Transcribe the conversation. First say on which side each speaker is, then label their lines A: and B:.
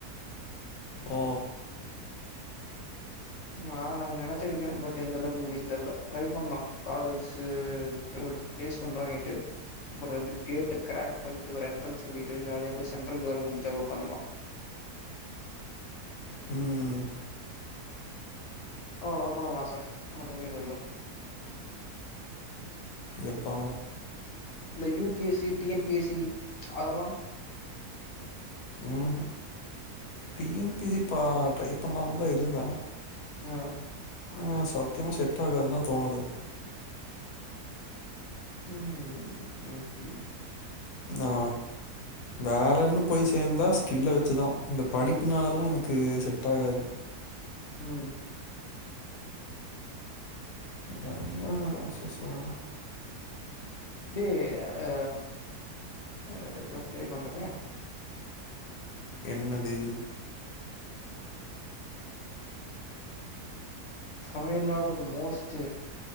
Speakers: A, on the left; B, on the left.
A: ஓ
B: ஆ நெனச்சிருக்க பட் எந்த அளவுக்கு முடின்னு தெர்ல ட்ரை பண்ணலா காலேஜ்ஸ் எக்ஸாம் பேலேஸ்மேன்ட் வாங்கிட்டு அப்பறோ கேட்டு கிராக் பண்ணிட்டு ஒரு என்ட்ரன்ஸ் எழுதிட்டு ஜாலியா போய் சென்ட்ரல் கவர்மெண்ட் ஜாப் உக்காந்துலா
A: ம்
B: அவளோதா பா நம்ம ஆச மத்தபடி எதுவுல்ல
A: எப்ப
B: இந்த U P S C T N P S C அதெல்லா
A: ம் டி. என். பி. சி பா ட்ரை பண்ணலனு தா இருந்த
B: ஆ
A: ஆ சத்தியமா செட் ஆகானுதா தோணுது
B: ம் ம் உஹம்
A: ஆ வேலைன்னு போய் சேர்ந்தா ஸ்கில்ல வச்சுதா இந்த படிப்புனாலலா எனக்கு செட் ஆகாது
B: ம்
A: ரன்னிங்
B: ஆ
A: ப்ராசஸ் ஆ
B: டி அ எதோ கேக்க வந்தனே
A: என்னது
B: தமிழ்நாடுது மோஸ்ட்